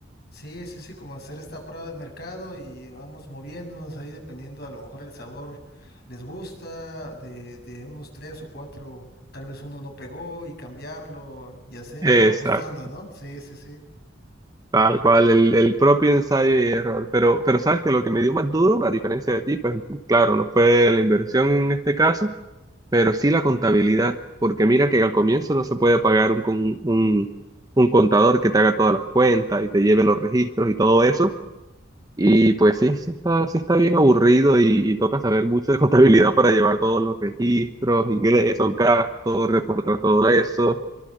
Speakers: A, on the left; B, on the right.
A: Sí, sí, sí, como hacer esta prueba de mercado y vamos moviéndonos ahí dependiendo, a lo mejor el sabor les gusta, de, de unos tres o cuatro, tal vez uno no pegó y cambiarlo y hacer,
B: Exacto,
A: irlo ajustando, ¿no? Sí, sí, sí.
B: tal cual, el, el propio ensayo y error. Pero, pero sabes que lo que me dio más duro, a diferencia de ti, pues claro, no fue la inversión en este caso, pero sí la contabilidad, porque mira que al comienzo no se puede pagar un, con- un, un contador que te haga todas las cuentas y te lleve los registros y todo eso. Y pues sí, sí está, sí está bien aburrido y, y toca saber mucho de contabilidad para llevar todos los registros, ingresos, gastos, reportar todo eso.